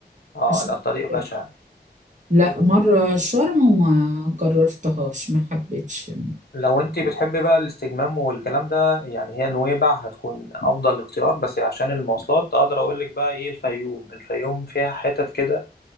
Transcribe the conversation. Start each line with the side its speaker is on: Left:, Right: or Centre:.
Left: اه
Right: عشان
Left: لا الطريق
Right: الطريق.
Left: بشع
Right: لا مرة شرم وما قررتهاش ما حبيتش
Left: لو انت بتحبي بقى الاستجمام والكلام ده يعني هي نويبع هتكون افضل اختيار بس عشان المواصلات اقدر اقول لك بقى ايه الفيوم الفيوم فيها حتت كده